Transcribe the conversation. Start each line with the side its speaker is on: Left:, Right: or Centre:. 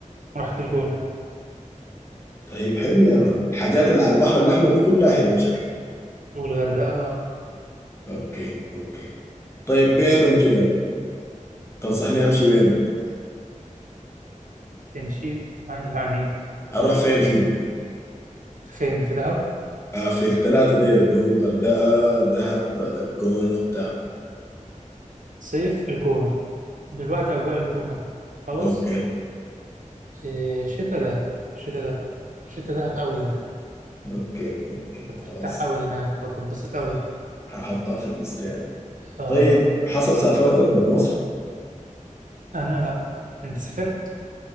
Right: رحت الجونة أنا.
Left: طيب حلو يا مان الحاجات اللي على البحر الاحمر دي كلها حلوة شكلها
Right: والغردقة
Left: اوكي اوكي طيب بينهم كده تنصحني امشي وين بالضبط
Right: تمشي يعني
Left: اروح فين فيهم يعني؟
Right: فين في دهب
Left: آه في الثلاثة ديل اللي هو الغردقة دهب آه، الجونة بتاع
Right: صيف الجونة دلوقتي اجواء الجونة خلاص
Left: اوكي
Right: إيه شتا دهب شتا دهب شتا دهب قوي يعني
Left: اوكي اوكي
Right: هترتاح
Left: خلاص
Right: قوي هناك وتتبسط قوي
Left: هحطها في الليست يعني
Right: اه
Left: طيب حصل سافرت برا مصر
Right: انا لا انت سافرت